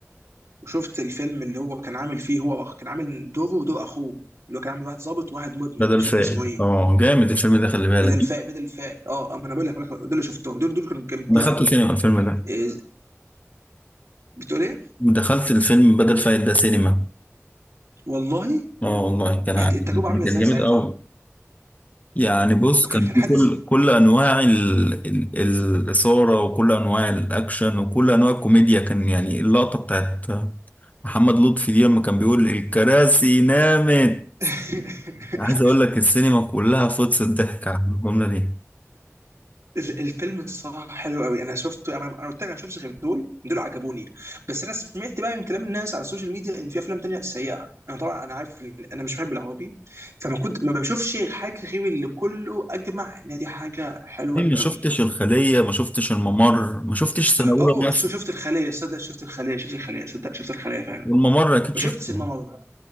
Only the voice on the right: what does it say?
وشفت الفيلم اللي هو كان عامل فيه هو وأخ- كان عامل دوره ودور اخوه اللي هو كان عامل واحد ظابط وواحد مدمن
مش
فاكر اسمه ايه
بدل فاق بدل فاق اه آه، ما انا بقول لك بقول لك دول اللي شفتهم دول دول كانوا جامدين
قوي
إيه بتقول ايه
والله
كانت
التجربه عامله
ازاي
ساعتها
وكان
كان حدث
<laughs>
ال- الفيلم الصراحه حلو قوي انا شفته انا أنا قلت لك انا شفتش غير دول دول عجبوني بس انا سمعت بقى من كلام الناس على السوشيال ميديا ان في افلام تانية سيئه انا طبعا انا عارف إن انا مش بحب العربي فما كنت ما بشوفش حاجه غير اللي كله اجمع ان دي حاجه حلوه
قوي
اوه
شو- شفت الخليه صدق شفت الخليه شفت الخليه صدق شفت الخليه فعلا
ما
شفتش الممر